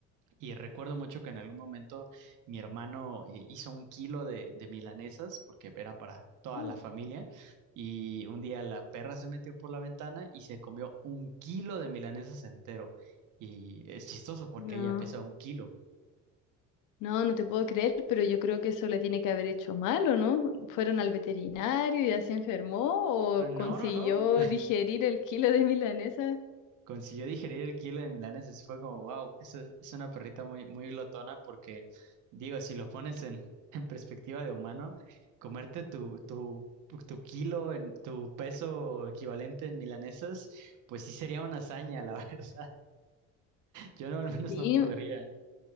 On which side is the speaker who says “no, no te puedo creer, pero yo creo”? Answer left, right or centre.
Left